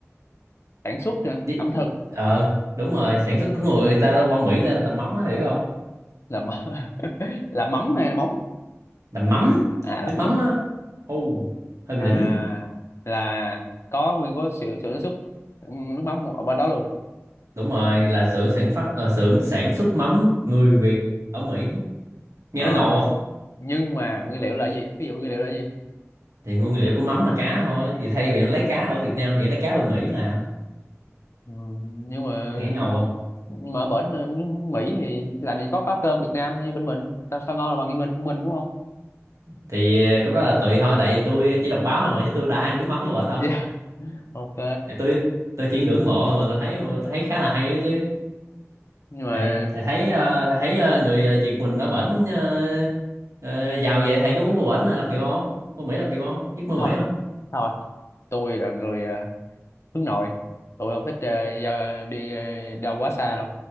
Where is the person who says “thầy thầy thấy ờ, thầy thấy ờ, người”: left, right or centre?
Right